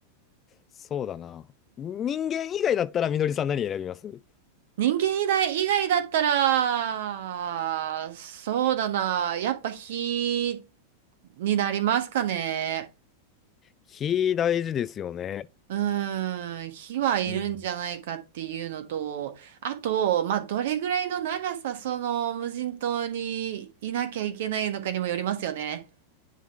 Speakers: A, on the left; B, on the right.
A: そうだな。人間以外だったらみのりさん何選びます
B: 人間以外、以外だったら、そうだな。やっぱ火になりますかね。
A: 火大事ですよね。
B: うーん。火はいるんじゃないかっていうのと、
A: うん。
B: あと、まあ、どれぐらいの長さ、その無人島にいなきゃいけないのかにもよりますよね。